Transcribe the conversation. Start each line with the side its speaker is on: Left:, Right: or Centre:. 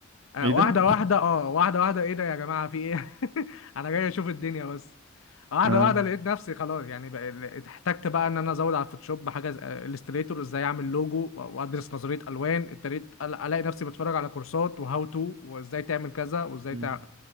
Left: آه،
Right: ايه
Left: واحده
Right: ده
Left: واحده اه واحده واحده ايه ده يا جماعه في ايه <laughs> انا جاي اشوف الدنيا بس
Right: <laughs>
Left: واحده
Right: اه
Left: واحده لقيت نفسي خلاص يعني بقى- احتجت بقى ان انا ازود على الفوتوشوب حاجه الستريتور ازاي اعمل لوجو وادرس نظريه الوان ابتديت أل- الاقي نفسي بتفرج على كورسات وهاو تو وازاي تعمل كذا وازاي
Right: امم
Left: تع...